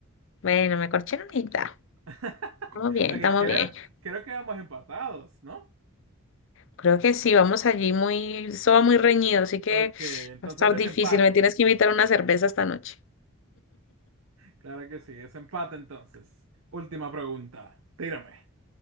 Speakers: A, on the left (about 60°); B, on the right (about 80°).
A: Bueno, me corché en
B: Ah.
A: unita.
B: <laughs>
A: Estamos bien,
B: Ok,
A: estamos
B: creo,
A: bien.
B: creo que vamos empatados, ¿no?
A: Creo que sí, vamos allí muy... Eso va muy reñido, así que
B: Ok, entonces
A: va a estar
B: desempate.
A: difícil. Me tienes que invitar una cerveza esta noche.
B: Claro que sí, desempate entonces. Última pregunta, tírame.